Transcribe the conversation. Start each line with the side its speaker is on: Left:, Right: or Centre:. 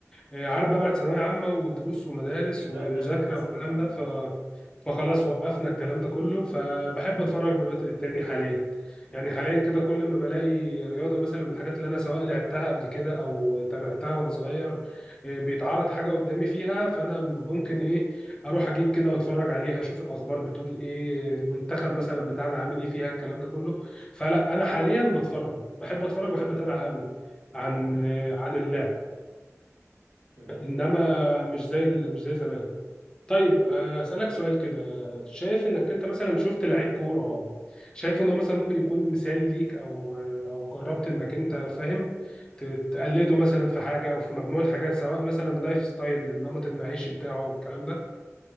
Left: آه، عارف بقى بعد ثانوية عامة ودروس ومدارس
Right: اكيد
Left: ومذاكرة
Right: بقى الدخله بتاع ثانويه
Left: والكلام
Right: عامه
Left: ده ف...
Right: دي اه
Left: فخلاص وقفنا الكلام ده كله فبحب اتفرج من وقت للتاني حاليا
Right: اه
Left: يعني حاليا كده كل ما بلاقي رياضة مثلا من الحاجات اللي انا سواء لعبتها قبل كده او تابعتها وانا صغير آه، بيتعرض حاجة قدامي فيها فانا ممكن ايه اروح اجيب كده واتفرج عليها اشوف الاخبار بتقول ايه المنتخب مثلا بتاعنا عامل ايه فيها الكلام ده كله فلا انا حاليا بتفرج بحب اتفرج وبحب اتابع قوي
Right: جميل
Left: عن آه، عن اللعب
Right: جميل
Left: انما مش زي ال- مش زي زمان طيب آه، اسالك سؤال كده شايف انك انت مثلا شفت لعيب كوره شايف ان هو مثلا ممكن يكون مثال ليك او او جربت انك انت فاهم ت- تقلده مثلا في حاجه او في مجموعه حاجات سواء مثلا لايف ستايل النمط المعيشي بتاعه او الكلام ده